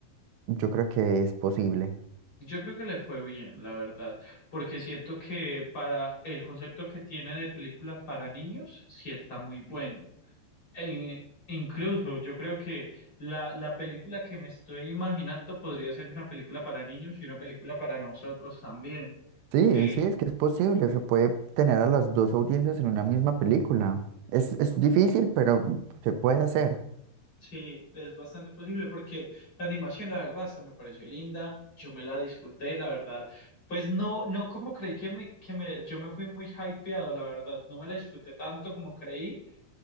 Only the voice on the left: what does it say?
Yo creo que le fue bien, la verdad, porque siento que para el concepto que tiene de película para niños, sí está muy bueno. E incluso yo creo que la, la película que me estoy imaginando podría ser una película para niños y una película para nosotros también.
Eh,
sí, es bastante posible porque la animación, la verdad, hasta me pareció linda, yo me la disfruté, la verdad. Pues no, no como creí que me, que me, yo me fui muy hypeado, la verdad, no me la disfruté tanto como creí.